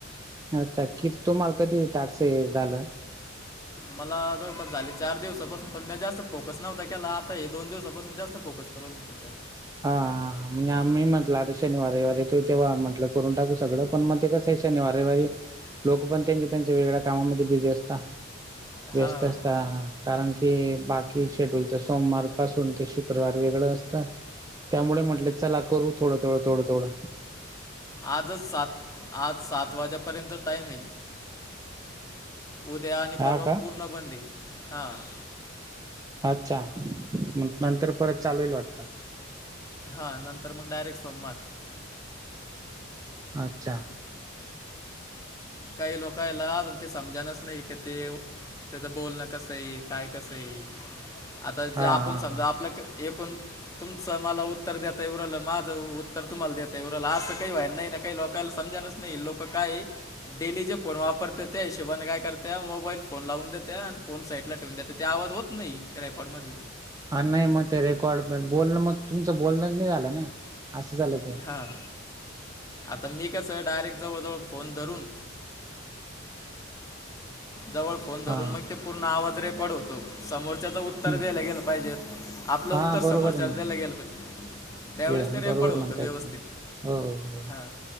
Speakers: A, on the right; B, on the left.
A: अच्छा! की तुम्हाला कधी टाक्सं हे झालं.
B: मला जवळपास झाले चार दिवसापासून पण म्या जास्त फोकस नव्हता केला आता हे दोन दिवसापासून जास्त फोकस करु त्याच्यात.
A: हा हा हा. म् मी म्हटलं आता शनीवार रईवार येतोय तेेव्हा म्हटलं करून टाकू सगळं पण म ते कसय शनीवार रविवारी लोक पण त्यांचे त्यांच्या वेगळ्या कामामध्ये बिझी असता
B: हां
A: व्यस्त असता आं हा हा कारण की बाकी शेड्यूल तर सोमवार पासून ते शुक्रवार वेगळं असतं. त्यामुळ म्हटलं चला करू थोडं थोडं थोडं थोडं
B: आजच सात आज सात वाजेपर्यंतच टाइम आहे. उद्या आणि
A: हा
B: परवा
A: का
B: पूर्ण बंद हाय हा
A: अच्छा मग नंतर परत चालु होईल वाटतं.
B: हा नंतर मग डायरेक्ट सोमवार
A: अच्छा
B: काही लोकायला अजून ते समजाणच नई कि तेव त्याचं बोलणं कसं आहे काय कसं आहे आता जे
A: हा
B: आपण
A: हा
B: समजा
A: हा
B: आपलं क एकूण तुमचं मला उत्तर देता येउ राइलं माझं उत्तर तुम्हाला देता येऊ राइलं असं काई व्हायन् नाई ना काही लोकां -काल समजाणच नई लोकं काये डेली जे फोन वापरत्या त्या हिशोबानं काय करत्या मोबाईल फोन लावून देत्या आन् फोन साईटला ठेवून देत्यात ते आवाज होत नाही रेकॉर्डमधी
A: हा नाई म ते रेकॉर्ड बोलणं मग तुमचं बोलणंच नई झालं न असं झालं ते
B: हां आता मी कसं डायरेक्ट जवळजवळ फोन धरून जवळ फोन धरून
A: हा
B: मग ते पूर्ण आवाज रेकॉर्ड होतो समोरच्याचा उत्तर
A: हं.
B: उत्तर देलं गेलं पाहिजेत आपलं
A: हा
B: उत्तर समोरच्याला
A: बरोबर आहे ना
B: देलं गेल पाहिजे. त्यावेेळेस
A: या
B: ते रेकॉर्ड
A: बरोबर
B: होत
A: म्हणताय
B: व्यवस्थित
A: तुम्ही हो हो
B: हा